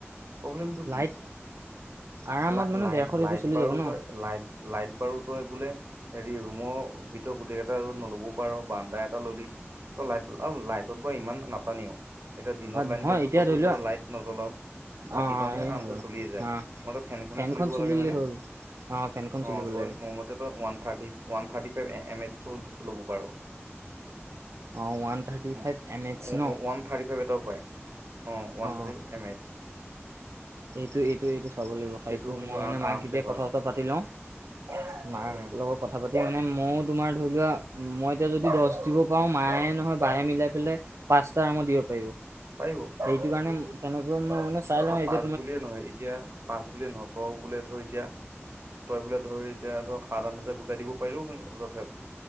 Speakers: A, on the right; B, on the right.
A: প্ৰব্লেমটো
B: লাইট
A: কি?
B: আৰামত
A: লা-লাইট,
B: মানে ডেৰশ
A: লাইট
B: এইটো চলি
A: বাৰু
B: যাব ন
A: তই লাইট, লাইট বাৰু তই বোলে হেৰি ৰুমৰ ভিতৰত গোটেইকেইটা নল'বও পাৰো বাৰন্দা এটা ল'লি ত' লাইট অ', লাইটটো ইমান নাটানেও, এতিয়া দিনত
B: অ,
A: লাইন
B: নহয়
A: গ'লেটো
B: এতিয়া
A: তই
B: ধৰি
A: তো
B: লোৱা
A: ধৰ লাইট নজ্বলাও। ৰাতিকনহে,
B: অ অ, এই
A: আৰামচে
B: নাজানো
A: চলিয়ে যায়।
B: হা
A: <unintelligible> ফেনখনহে
B: ফেনখন
A: চলিব
B: চলিলেই
A: লাগে হয়নে?
B: হ'ল
A: অ',
B: ফেনখন চলিব
A: তই
B: লাগে
A: মোৰ মতে তই one thirty, one thirty five এ, এএম এইচটো ল'ব পাৰ।
B: অ one thirty
A: ও-ও-
B: five M H ন
A: ওৱান থাৰ্টি ফাইভ এটাও পায়। অ', ওৱান
B: অ
A: থাৰ্টি এম এইচ।
B: এইটো, এইটো, এইটো চাব লাগিব।
A: সেইটো কিন্তু
B: মই মানে মাক
A: আৰামছে
B: এতিয়া
A: পাৰ
B: কথা চথা পাতি লওঁ। মাক
A: উম
B: লগত কথা পাতি মানে, ময়ো তোমাৰ ধৰি লোৱা মই এতিয়া যদি দছ দিব পাৰোঁ, মায়ে নহয়, বায়ে মিলাই পেলাই পাঁচটা আৰামত দিব পাৰিব।
A: পাৰিব
B: সেইটোকাৰণে তেনেকৈ মই মানে চাই লওঁ
A: অ
B: এইটো
A: পাঁচ বুলিয়ে নহয়, এতিয়া পাঁচ বুলিয়ে নহয় তই বোলে ধৰ এতিয়া তই বোলে ধৰ এ এতিয়া ধৰ সাত আঠ হাজাৰ গোটাই দিব পাৰিলেও কিন্তু যথে